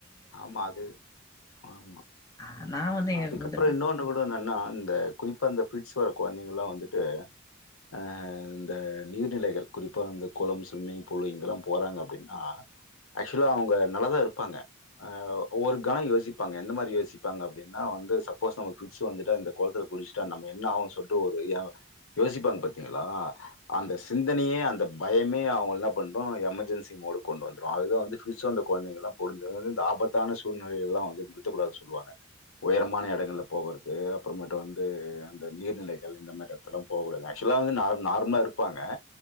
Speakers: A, on the left; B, on the left.
A: ஆமா அது ஆமா
B: ஆ
A: உஹம்
B: நான் வந்து
A: அதுக்கப்புறம் இன்னொண்ணு விட என்னன்னா அந்த குறிப்பா அந்த ஃபிட்ஸ் வர குழந்தைங்க எல்லாம் வந்துட்டு அஹ் இந்த நீர்நிலைகள் குறிப்பா இந்தந்த குளம் ஸ்விம்மிங் பூல் இங்கெல்லாம் போறாங்க அப்படின்னா ஆக்சுவலா அவங்க நல்லாதா இருப்பாங்க ஹ ஒரு கனம் யோசிப்பாங்க எந்த மாதிரி யோசிப்பாங்க அப்படின்னா வந்து சப்போஸ் நமக் ஃபிட்ஸ் வந்துட்டா இந்த குளத்துல குடிச்சுட்டா நம்ம என்ன ஆவோம்னு சொல்லிட்டு ஒரு யோசிப்பாங்க பாரத்தீங்களா அந்த சிந்தனைய அந்த பயமே அவங்க என்ன பண்றோம் எமர்ஜென்சி மோடு கொண்டு வந்துரும் அதுதான் வந்து ஃபிட்ஸ் வந்த குழந்தைங்கலாம் பொந்தந்து இந்த ஆபத்தான சூழ்நிலை எல்லா வந்து நிறுத்தக்கூடாதுனு சொல்லுவாங்க உயரமான எடங்கள்ல போகறது அப்புறமேட்டு வந்து அந்த நீர்நிலைகள் இந்த மாரி எடத்துல போகூடாது ஆக்சுவலா வந்து நா நார்மலா இருப்பாங்க